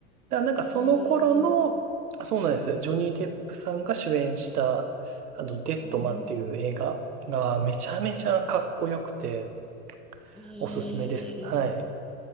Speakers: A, on the right; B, in the centre.
A: らなんかその頃の、
B: ええそうなん、
A: あそうなんです、ジョニー・デップさんが主演した、あの、デッドマンっていう映画がめちゃめちゃかっこよくて、
B: うん、うん、うん。ええ
A: おすすめです。はい。